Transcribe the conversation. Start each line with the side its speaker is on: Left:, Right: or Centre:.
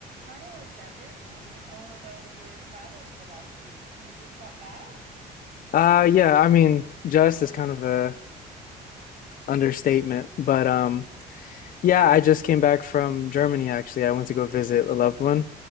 Right: Hi, Alexander. Tell me all about your travels the last few weeks. You just got back?
Left: Uh, yeah, I mean, just is kind of a understatement, but um, yeah, I just came back from Germany actually. I went to go visit a loved one.